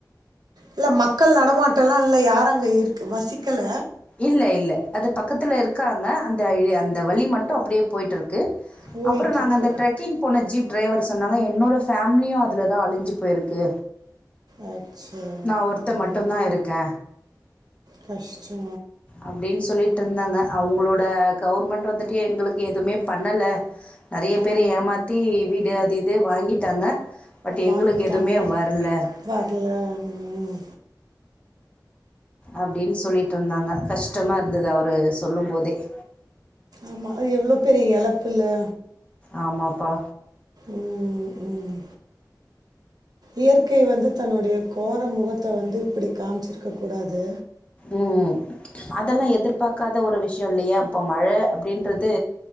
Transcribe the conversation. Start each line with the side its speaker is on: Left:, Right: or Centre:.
Right: இல்ல மக்கள் நடமாட்டொல்லா இல்ல யாரு அங்க இருக்கு வசிக்கல
Left: இல்ல இல்ல அது பக்கத்துல இருக்காங்க அந்த அந்த வழி மட்டு அப்பிடியே போயிட்ருக்கு
Right: போயிட்டுருக்கு
Left: அப்புறொ நாங்க அந்த ட்ரெக்கிங் போன ஜிப் ட்ரைவர் சொன்னாங்க என்னோட ஃபேமிலியு அதுலதா அழிஞ்சு போயிருக்கு
Right: அச்சோ
Left: நான் ஒருத்தன்
Right: ம்
Left: மட்டும்தான் இருக்கேன்
Right: கஷ்டோ
Left: அப்டின் சொல்லிட்ருந்தாங்க அவுங்களோட கவர்மெண்ட் வந்துட்டு எங்களுக்கு எதுமே பண்ணல நறைய
Right: ஆ,
Left: பேரு ஏமாத்தி வீடு அது இது வாங்கிட்டாங்க பட்
Right: வாங்கிட்டாங்க
Left: எங்களுக்கு எதுவுமே வரல
Right: வர்ல ம்
Left: அப்டின் சொல்லிட்ருந்தாங்க கஷ்டமா இருந்தது அவரு சொல்லும் போதே <inaudible>
Right: ஆமா அது எவ்ளோ பெரிய எழப்புல்ல
Left: ஆமாப்பா
Right: ம் ம் இயற்கை வந்து தன்னுடைய கோர முகத்த வந்து இப்பிடி காமிச்சிருக்க கூடாது
Left: ம் அதெல்லா எதிர்பாக்காத ஒரு விஷ்யொ இல்லயா இப்ப மழ அப்டின்றது